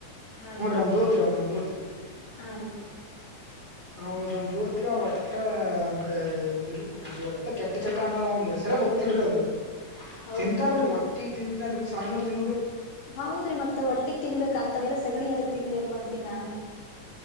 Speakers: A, on the left; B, on the left.
A: ಹಾ
B: ಹ್ನ್
A: ರೀ
B: ನಮ್ ದೋಸ್ತ್ರಿ ಅವನ್ಮ್ ದೋಸ್ತ್ರಿ
A: ಹಾ ರೀ ಹಾ ರೀ
B: ಹದ್ ನಮ್ ದೋಸ್ತಿರ ಒಟ್ಟ ಅಂತದು ಒಟ್ಟ ಕೆಟ್ಟ ಚಕ ಅನ್ನೋದ ಅವ್ಗೆ ಹೆಸರ ಗೊತ್ತಿಲ್ರರಿ ಅದ
A: ಹೌದೇನ್ರಿ
B: ತಿಂತನ್ರಿ ಒಟ್ಟಿಗೆ ತಿಂತನ್ರಿ ಸಣ್ಣ ತಿ
A: ಹೌದ್ರಿ ಮತ್ತ ಒಟ್ಟಿಗ್ ತಿನ್ಬೇಕ ಅಂತವೆಲ್ಲ ಸಗಣಿ ಅದಕ್ ತಿನ್ಬೇಕು ಅಂತನಿ ನಾನುನು